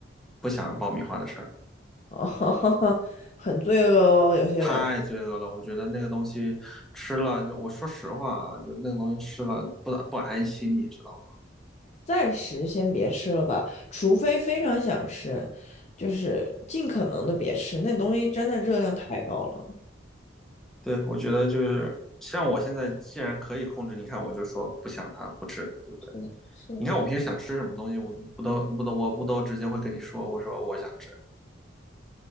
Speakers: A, in the centre; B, on the left.
A: 不想爆米花的事儿，
B: 哦，<laughs> 很罪恶哦，有些人
A: 太罪恶了。我觉得那个东西吃了就，我说实话啊，就那个东西吃了不不安心，你知道吗？
B: 暂时先别吃了吧，除非非常想吃，就是尽可能的别吃，那东西真的热量太高了。
A: 对，我觉得就是像我现在既然可以控制，你看我就说不想它不吃，对不对？
B: 是的，是的，
A: 你看我平时想吃什么东西，我就不都不都我不都直接会跟你说，我说我想吃。